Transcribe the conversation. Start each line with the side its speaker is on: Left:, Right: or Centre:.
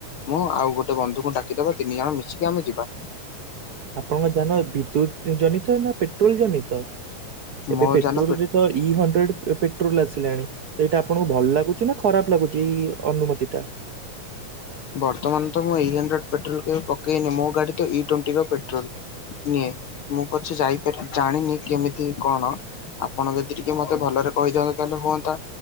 Left: ମୁଁ ଆଉ ଗୋଟେ ବନ୍ଧୁଙ୍କୁ ଡାକିଦବ ତିନି ଜଣ ମିଶି କି ଆମେ ଯିବା।
Right: ଆପଣଙ୍କ ଯାନ ବିଦ୍ୟୁତ ଜନିତ? ପେଟ୍ରୋଲ ଜନିତ। ଏବେ
Left: ମୋ
Right: ପେଟ୍ରୋଲରେ
Left: ଯାନ
Right: ତ ଇ ହଣ୍ଡ୍ରେଡ ପେ ଆସିଲାଣି ତ ଏଇଟା ଆପଣଙ୍କୁ ଭଲ ଲାଗୁଛି ନା ଖରାପ ଲାଗୁଛି ଏଇ ଅନୁମତିଟା?
Left: ବର୍ତ୍ତମାନ ତ ମୁଁ ଇ ହଣ୍ଡ୍ରେଡ ପେଟ୍ରୋଲ କେବେ ପକେଇନି ମୋ ଗାଡି ତ ଇ ଟ୍ୱେଣ୍ଟିର ପେଟ୍ରୋଲ। ନିଏ। ମୁଁ ପଛେ ଯାଇପାରି ଜାଣିନି କେମିତି କଣ? ଆପଣ ଯଦି ଟିକେ ମତେ ଭଲରେ କହିଥାନ୍ତା ହୁଅନ୍ତା।